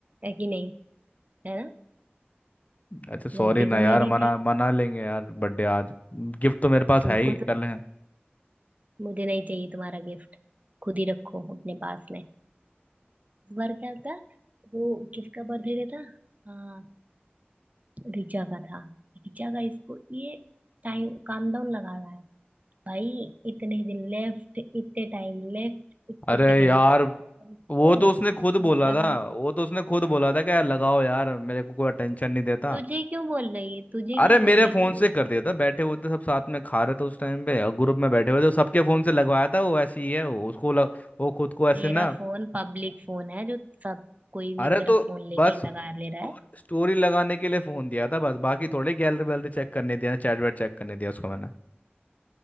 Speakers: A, on the right; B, on the left.
A: है कि नहीं है ना
B: अच्छा सॉरी
A: गलती
B: ना
A: तो
B: यार
A: मेरी
B: मना
A: थी
B: मना लेंगे यार बर्थडे आज गिफ्ट तो मेरे पास
A: तुमको
B: है ही
A: तो
B: कर ले
A: मुझे नहीं चाहिए तुम्हारा गिफ्ट खुद ही रखो अपने पास में इस बार क्या था वो किसका बर्थडे था हाँ ऋचा का था ऋचा का इसको ये टाइम काम डाउन लगा रहा है भाई इतने दिन लेफ्ट इतने टाइम लेफ्ट इतने
B: अरे
A: सेकंड
B: यार
A: और उसको
B: वो तो उसने खुद बोला
A: मेरा
B: था
A: वाला
B: वो तो उसने खुद बोला था कि यार लगाओ यार मेरे को कोई अटेंशन नहीं देता
A: तुझे क्यों बोल रही है तुझे
B: अरे
A: क्यों
B: मेरे
A: बोल रही
B: फोन
A: थी
B: से
A: वो
B: कर दिया था बैठे हुए थे सब साथ में खा रहे थे उस टाइम पे और ग्रुप में बैठे हुए थे सबके फोन से लगवाया था वो ऐसी ही है वो उसको लग, वो खुद को ऐसे
A: तेरा
B: ना
A: फोन पब्लिक फोन है जो सब कोई भी
B: अरे
A: तेरा
B: तो
A: फोन लेके
B: बस स्टोरी,
A: लगा ले रहा है
B: स्टोरी लगाने के लिए फोन दिया था बस बाकी थोड़े गैलरी वैलरी चेक करने दिया चैट वैट चेक करने दिया उसको मैंने